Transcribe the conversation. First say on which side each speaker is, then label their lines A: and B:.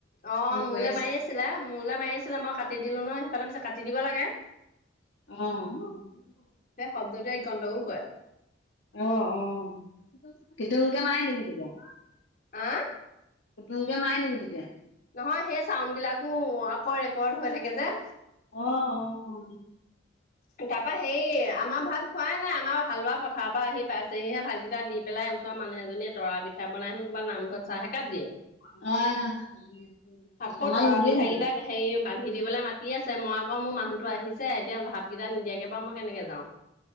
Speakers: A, on the left (about 50°); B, on the left (about 65°).
A: অ',
B: ফোন
A: মোলৈ
B: কৰি
A: মাৰি আছিলে মোলৈ মাৰি আছিলে মই কাটি দিলোঁ নহয়। ফালে মিছা কাটি দিব লাগে।
B: অ',
A: সেই শব্দটোৱে গণ্ডগোল কৰে।
B: অ', অ', কিতুংকে মাৰে নেকি তেতিয়া?
A: আ,
B: কুতুংকে মাৰে নেকি তেতিয়া?
A: নহয় সেই চাউণ্ড বিলাকো আকৌ ৰেকৰ্ড হৈ থাকে যে।
B: অ', অ', অ',
A: তাৰপৰা হেৰি আমাৰ ভাত খোৱাই নাই, আমাৰ হালোৱা পথাৰৰ পৰা আহি পাইছেহিহে ভাতকেইটা দি পেলাই ওচৰ মানু্হ এজনীয়ে তৰা পিঠা বনাইহেনো ক'বাত নামঘৰত চাহ একাপ দিয়ে।
B: অ',
A: আকৌ
B: আমাক
A: তৰা
B: নিদিয়ে
A: পিঠা
B: নেকি?
A: কেইটাক হেৰি বান্ধি দিবলৈ মাতি আছে মই মোৰ মানুহতো আহিছে এতিয়া ভাতকেইটা নিদিয়াকে বাৰু মই কেনেকে যাওঁ।